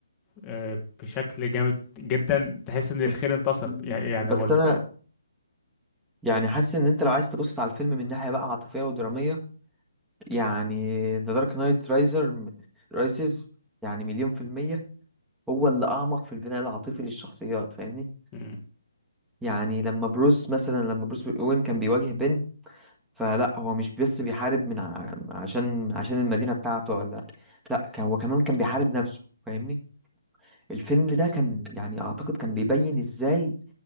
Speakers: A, on the left (about 15°); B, in the centre.
A: آه، بشكل جامد جدا تحس ان الخير
B: بس
A: انتصر
B: مم.
A: يعني يعني
B: بس
A: هو ال...
B: أنا يعني حاسس ان انت لو عايز تبص على الفيلم من ناحيه بقى عاطفيه ودراميه يعني ذا دارك نايت رايزر رايسز يعني مليون في الميه هو اللي اعمق في البناء العاطفي للشخصيات فاهمني
A: مم.
B: يعني لما بروس مثلا لما بروس وين كان بيواجه بن فلا هو مش بس بيحارب من ع... عشان عشان المدينه بتاعته ولا لا كان- هو كمان كان بيحارب نفسه فاهمني الفيلم ده كان يعني اعتقد كان بيبين ازاي